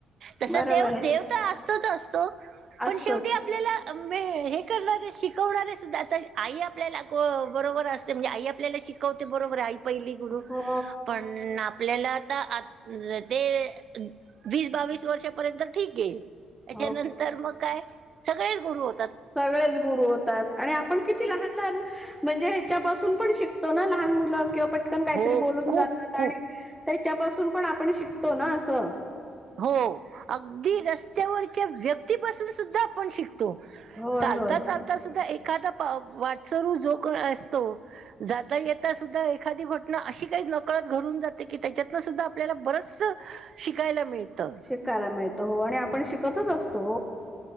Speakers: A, on the right; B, in the centre.
A: तसं
B: बरोबर
A: देव देव तर असतच असतो.
B: आहे
A: पण
B: असतोच
A: शेवटी आपल्याला मे हे करणारे शिकवणारे सुद्धा आता आई आपल्या लागो बरोबर असते म्हणजे आई आपल्याला शिक कवते बरोबर आई पहिली गुरु
B: हो
A: पण आपल्याला आता आत ते वीस बावीस वर्षापर्यंत ठीक आहे त्याच्यानंतर
B: हो
A: मग काय सगळेच गुरू हो
B: सगळेच गुरु होतात. आणि आपण किती लहान लहान म्हणजे ह्याच्यापासून पण शिकतो ना लहान मुलं किंवा पट कन काहीतरी
A: हो
B: बोलून
A: खूप
B: जातात
A: खूप
B: आणि त्याच्यापासून पण आपण शिकतो ना असं.
A: हो अगदी रस्त्यावरच्या व्यक्तीपासून सुद्धा आपण शिकतो.
B: होय
A: चालता
B: होय
A: चालता सुद्धा एखादा प वाटसरू जो का असतो जाता येता सुद्धा एखादी घटना अशी काही नकळत घडून जाते की त्याच्यातनं सुद्धा आपल्याला बरच शिकायला मिळतं.
B: हे करा मिळतो आणि आपण शिकतच असतो.